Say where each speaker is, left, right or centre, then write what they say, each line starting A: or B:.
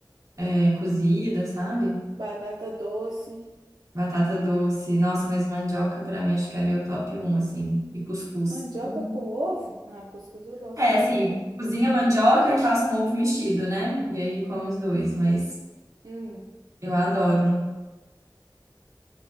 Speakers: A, on the right; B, on the right.
A: É, cozida, sabe?
B: Batata doce.
A: Batata doce. Nossa, mas mandioca pra mim acho que é meu top um assim. E cuscuz.
B: Mandioca
A: Uhum.
B: com ovo? Ah, cuscuz eu gosto
A: É,
B: também.
A: assim, cozinha mandioca e faço um ovo mexido, né? E aí como os dois, mas
B: Hum.
A: eu adoro.